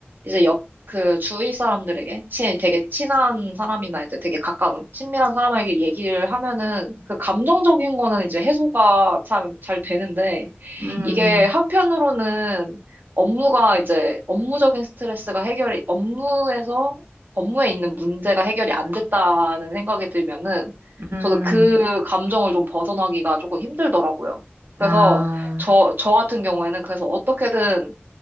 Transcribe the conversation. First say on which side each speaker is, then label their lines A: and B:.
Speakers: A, on the right; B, on the right.
A: 이제 옆, 그 주위 사람들에게, 친, 되게 친한 사람이나 이제 되게 가까운, 친밀한 사람에게 얘기를 하면은, 그 감정적인 거는 이제 해소가 참 잘 되는데,
B: 음,
A: 이게 한편으로는 업무가 이제, 업무적인 스트레스가 해결이, 업무에서, 업무에 있는 문제가 해결이 안 됐다는 생각이 들면은,
B: 음,
A: 저도 그 감정을 좀 벗어나기가 조금 힘들더라고요. 그래서,
B: 아,
A: 저, 저 같은 경우에는 그래서 어떻게든